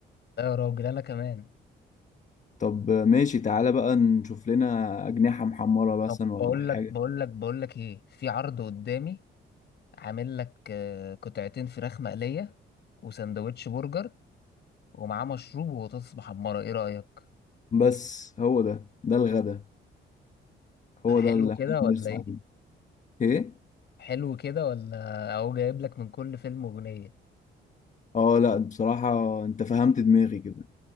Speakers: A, on the left; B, on the left.
A: لا يا راجل انا كمان
B: طب ماشي تعالى بقى نشوف لنا اجنحه محمره مثلا
A: طب
B: ولا
A: بقول لك
B: حاجه
A: بقول لك بقول لك ايه في عرض قدامي عامل لك آه، قطعتين فراخ مقلية وسندوتش برجر ومعاه مشروب وبطاطس محمرة ايه رأيك
B: بس هو ده ده الغدا هو
A: حلو
B: ده اللي
A: كده
B: احنا
A: ولا
B: بنرسم
A: ايه
B: عليه ايه
A: حلو كده ولا اهو جايب لك من كل فيلم أغنية
B: اه لا بصراحة انت فهمت دماغي كده